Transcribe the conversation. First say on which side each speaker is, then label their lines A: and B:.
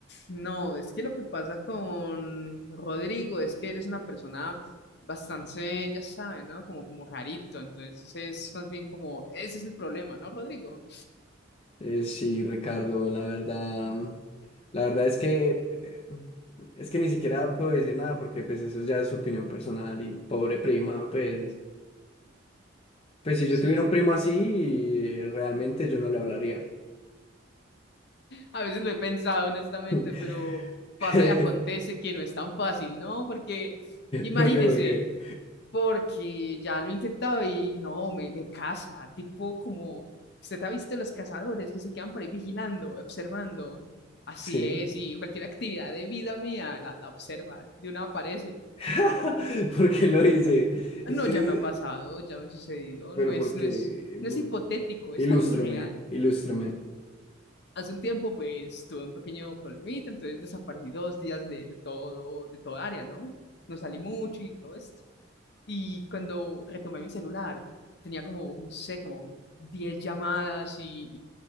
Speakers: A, on the left; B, on the left.
A: No, es que lo que pasa con Rodrigo es que él es una persona bastante, ya sabe, ¿no? Como, como rarito. Entonces es más bien como, ese es el problema, ¿no, Rodrigo?
B: Eh, sí, Ricardo, la verdad, mm, la verdad es que eh, es que ni siquiera puedo decir nada porque pues eso ya es su opinión personal y pobre prima, pues, pues si
A: Sí.
B: yo tuviera un primo así, eh, realmente yo no le hablaría.
A: A veces lo he pensado honestamente,
B: <laughs> ¿Por
A: pero
B: qué?
A: pasa y acontece que no es tan fácil, ¿no? Porque imagínese.
B: ¿Por qué?
A: porque ya lo he intentado y no, me, me casa, tipo como, usted ha visto los cazadores que se quedan por ahí vigilando, observando, así
B: Sí.
A: es, y cualquier actividad de vida mía la, la observa, de una aparece,
B: <laughs> ¿Por qué lo hice? Es
A: no,
B: que
A: ya
B: es-
A: me
B: eh,
A: ha pasado, ya me ha sucedido,
B: pero
A: no es,
B: porque
A: no es, no es hipotético,
B: ilústreme,
A: es algo real.
B: ilústreme.
A: Hace un tiempo, pues, tuve un pequeño problemita, entonces desaparecí dos días de, de todo, de toda área, ¿no? No salí mucho y todo esto. Y cuando retomé mi celular, tenía como, no sé, como 10 llamadas y,